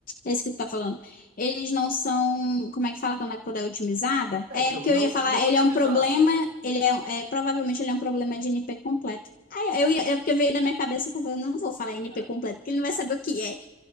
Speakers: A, on the left (about 45°); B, on the right (about 50°).
A: É isso que tu tá falando. Eles não são. Como é que fala quando a coisa é otimizada?
B: É,
A: É
B: então,
A: porque
B: não,
A: eu ia falar,
B: não otimizado,
A: ele é um problema.
B: né?
A: Ele é, é, provavelmente ele é um problema de NP completo. Ah, eu ia, é porque veio na minha cabeça que eu falei, eu não vou falar NP
B: É,
A: completo, porque ele não vai saber o que é.